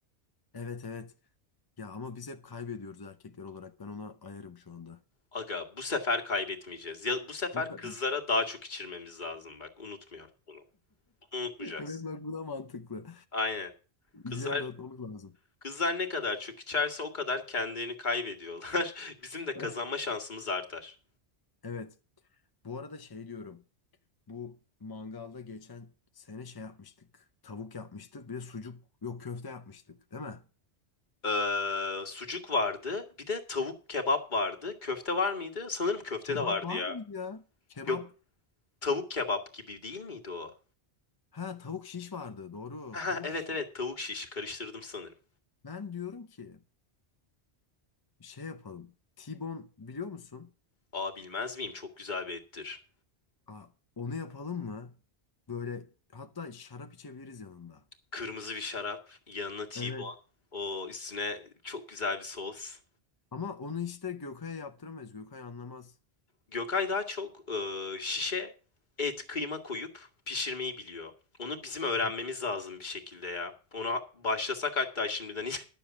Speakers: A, on the left; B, on the left.
A: Evet evet. Ya ama biz hep kaybediyoruz erkekler olarak. Ben ona ayarım şu anda.
B: Aga bu sefer kaybetmeyeceğiz. Ya bu sefer
A: Bu-
B: kızlara
A: <laughs>
B: daha çok içirmemiz lazım bak. Unutmuyorum bunu. Bunu unutmayacağız.
A: Evet bak bu da mantıklı.
B: Aynen. Kızlar
A: İlgilerini dağıtmamız lazım.
B: kızlar ne kadar çok içerse o kadar kendilerini kaybediyorlar. <laughs> Bizim de
A: <laughs>
B: kazanma şansımız artar.
A: Evet. Bu arada şey diyorum. Bu mangalda geçen sene şey yapmıştık. Tavuk yapmıştık. Bir de sucuk. Yok köfte yapmıştık. Değil mi?
B: Ee, sucuk vardı. Bir de tavuk kebap vardı. Köfte var mıydı? Sanırım köfte
A: Kebap
B: de vardı
A: var
B: ya.
A: mıydı ya? Kebap.
B: Yok, tavuk kebap gibi değil miydi o?
A: Ha tavuk şiş vardı. Doğru.
B: <laughs>
A: Tavuk
B: Evet
A: şiş.
B: evet tavuk şiş karıştırdım sanırım.
A: Ben diyorum ki Şey yapalım. T-bone biliyor musun?
B: Aa bilmez miyim? Çok güzel bir ettir.
A: Aa, onu yapalım mı? Böyle hatta şarap içebiliriz yanında.
B: Kırmızı bir şarap, yanına T-bone,
A: Evet.
B: o üstüne çok güzel bir sos.
A: Ama onu işte Gökay'a yaptıramayız. Gökay anlamaz.
B: Gökay daha çok e, şişe et, kıyma koyup pişirmeyi biliyor. Onu bizim öğrenmemiz
A: Evet.
B: lazım bir şekilde ya. Ona başlasak hatta şimdiden <laughs> iz-